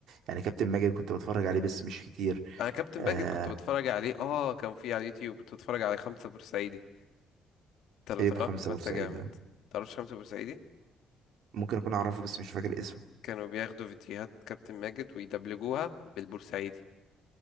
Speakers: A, on the right; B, on the left.
A: يعني كابتن ماجد كنت بتفرج عليه بس مش كتير
B: انا كابتن
A: آه...
B: بانجت كنت بتفرج عليه اه كان في على اليوتيوب كنت بتفرج على خمسة بورسعيدي انت لو
A: ايه
B: تعرفنا
A: بخمسة
B: فانت
A: بورسعيد
B: جامد
A: ده
B: تعرفش خمسة بورسعيدي
A: ممكن اكون اعرفه بس مش فاكر اسمه
B: كانوا بياخدوا فيديوهات كابتن ماجد ويدبلجوها بالبورسعيدي